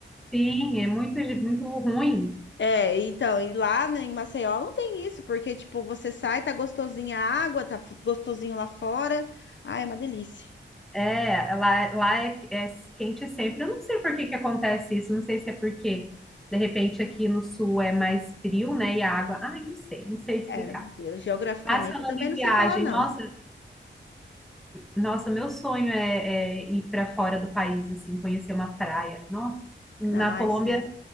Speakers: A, in the centre; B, on the left.
A: sim, é muito, muito ruim.
B: É, então, e lá né, em Maceió não tem isso, porque, tipo, você sai, tá gostosinha a água, tá f- gostosinho lá fora. Ai, é uma delícia.
A: É, lá, lá é, é quente sempre. Eu não sei por que que acontece isso. Não sei se é porque, de repente, aqui no sul é mais frio, né? E a água. Ai, não sei, não sei explicar.
B: É, eu, geograficamente
A: Mas falando
B: eu também
A: em
B: não
A: viagem,
B: sei falar, não.
A: nossa, nossa, meu sonho é, é ir para fora do país, assim, conhecer uma praia. Nossa, na
B: Ai,
A: Colômbia
B: sim.